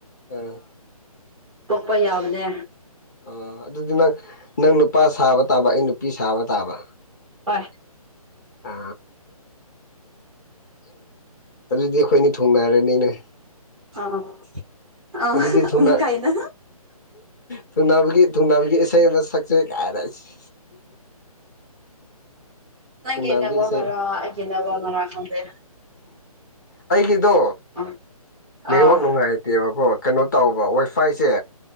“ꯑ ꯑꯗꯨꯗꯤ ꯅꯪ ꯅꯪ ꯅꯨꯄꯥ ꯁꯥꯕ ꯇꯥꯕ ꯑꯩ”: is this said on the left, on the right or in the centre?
Left